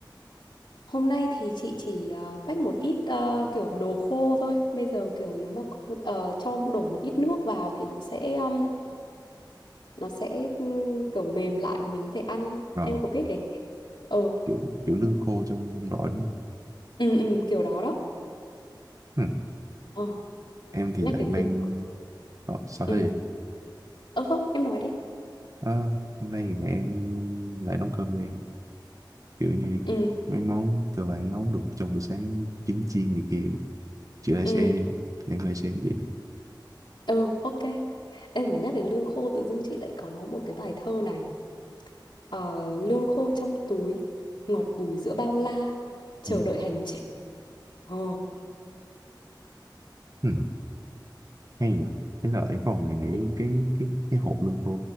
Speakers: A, on the left; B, on the right.
A: hôm nay thì chị chỉ ờ, pack một ít ờ, kiểu đồ khô thôi. Bây giờ kiểu nếu mà có một ờ, cho đổ một ít nước vào thì nó sẽ um, nó sẽ um, kiểu mềm lại và mình có thể ăn.
B: Ờ,
A: Em có biết cái kiểu ừ
B: kiểu, kiểu lương khô trong quân đội đúng không?
A: ừ ừ kiểu đó đó.
B: Ừm,
A: Ờ,
B: Em thì
A: nhắc
B: lại
A: đến
B: mang...
A: lương.
B: Ờ, sao
A: Ừ.
B: thế?
A: Ờ không, em nói đi.
B: Ờ, hôm nay thì em lại nấu cơm cho em. Kiểu như
A: Ừ
B: mấy món cơ bản nấu được trong buổi sáng, trứng chiên này kia. Chị lại
A: ừ
B: sẽ... Em lại sẽ vậy.
A: ừ ok. Em mà nhắc đến lương khô tự dưng chị lại có một cái bài thơ này. Ờ, lương khô trong túi, ngọt bùi giữa bao la, chờ
B: Ừ.
A: đợi hành trình. Ờ.
B: Ừ. Hay nhờ. Thế là em phòng này nghĩ
A: ừ.
B: cái cái cái hộp lương khô